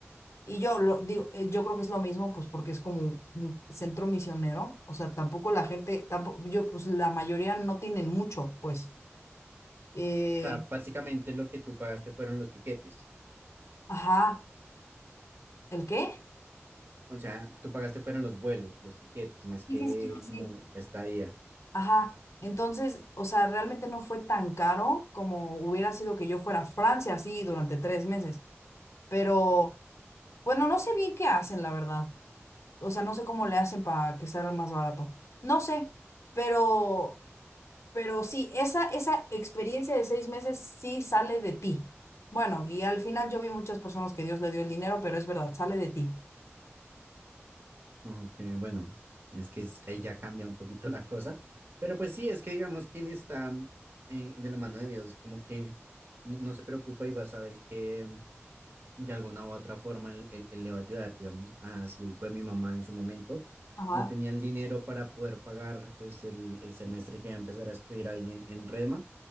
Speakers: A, on the left (about 75°); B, on the right (about 50°).
A: Y yo lo digo, eh, yo creo que es lo mismo, pues porque es como un centro misionero, o sea, tampoco la gente, tampoco, yo, pues la mayoría no tienen mucho, pues. Eh,
B: O sea, básicamente lo que tú pagaste fueron los tiquetes,
A: ajá, ¿el qué?
B: o sea, tú pagaste fueron los vuelos, los tiquetes, más
A: Sí,
B: que
A: sí, sí, sí,
B: como la estadía.
A: Ajá, entonces, o sea, realmente no fue tan caro como hubiera sido que yo fuera a Francia así durante tres meses, pero bueno, no sé bien qué hacen, la verdad. O sea, no sé cómo le hacen para que sea más barato. No sé, pero, pero sí, esa, esa experiencia de seis meses sí sale de ti. Bueno, y al final yo vi muchas personas que Dios le dio el dinero, pero es verdad, sale de ti.
B: Ok, bueno, es que es- ahí ya cambia un poquito la cosa, pero pues sí, es que digamos, quien está mm, eh, de la mano de Dios, como que no, no se preocupa y va a saber que mm, de alguna u otra forma él, él- él le va a ayudar, digamos, así fue mi mamá en su momento,
A: Ajá,
B: no tenía el dinero para poder pagar pues el, el semestre que iba a empezar a estudiar ahí en, en Redma